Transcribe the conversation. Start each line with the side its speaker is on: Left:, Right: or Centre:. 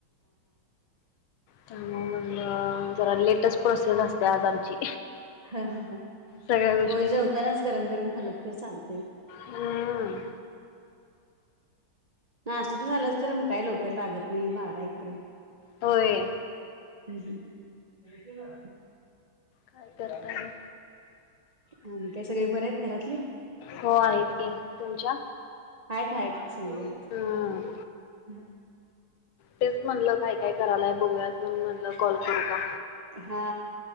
Left: त्यामुळं म्हणलं जरा लेटच प्रोसेस असत्या आज आमची.
Right: ह ह ह
Left: सगळ्या गोष्टीत
Right: वय जेवतानाच गरम गरम खाल तरी चालतय.
Left: हम्म.
Right: नाष्टा तन झालंच तर मग काय लवकर लागत नाही बारा एक पर्यंत.
Left: होय.
Right: हम्म हं
Left: काय करताय?
Right: अं काय सगळे बरे आहेत घरातली?
Left: हो आहेत की तुमच्या?
Right: हायत हायच सगळं
Left: हं.
Right: हम्.
Left: तेच म्हणलं काय काय करायलाय बघूयात. म्हणून म्हणल कॉल करू का?
Right: हा.